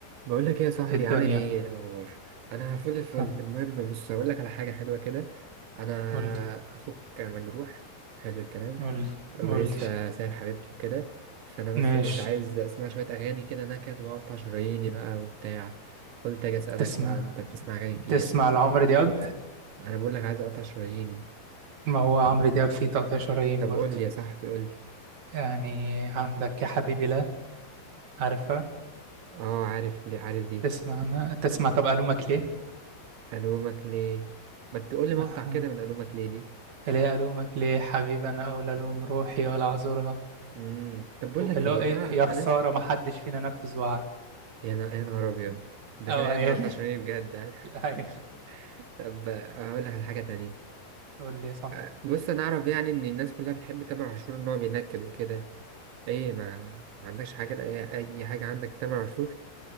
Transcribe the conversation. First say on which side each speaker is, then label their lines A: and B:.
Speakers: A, on the right (about 80°); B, on the right (about 45°).
A: بقول لك ايه يا صاحبي
B: الدنيا
A: عامل ايه إيه الاخبار انا فل الفل
B: ها
A: المهم بص هقول لك على حاجه حلوه كده انا
B: قولي
A: اخوك مجروح حلو الكلام
B: قولي
A: ولسه
B: قولي
A: سايب حبيبته كده فانا
B: ماشي
A: بس كنت عايز اسمع شويه اغاني كده نكد واقطع شراييني بقى وبتاع فقلت اجي اسالك
B: تسمع
A: بقى انت بتسمع اغاني كتير
B: تسمع لعمرو دياب
A: انا بقول لك عايز اقطع شراييني
B: ما هو عمرو دياب فيه تقطيع شرايين
A: طب
B: برضه
A: قول لي يا صاحبي قول لي
B: يعني عندك يا حبيبي لا عارفة
A: اه عارف ليه عارف دي
B: تسمع أنا تسمع طب ألومك ليه
A: الومك ليه ما تقول لي مقطع
B: أها.
A: كده من الومك ليه دي
B: ليه ألومك ليه حبيبي أنا أولى ألوم روحي ولا أعذرها
A: امم طب بقول
B: وإلا-
A: لك ايه
B: إيه،
A: انا
B: يا خسارة
A: انا
B: ما حدش فينا نفذ وعد
A: يا نا- يا نهار أبيض ده
B: أو
A: كده عايز
B: هي
A: نقطع شرايين بجد يعني.
B: <laughs> هي
A: <laughs> طب هقول لك على حاجة تانية
B: قول لي صعب
A: أه، بص أنا أعرف يعني إن الناس كلها بتحب تامر عاشور إن هو بينكد وكده إيه ما ما عندكش حاجة لأي أي حاجة عندك تامر عاشور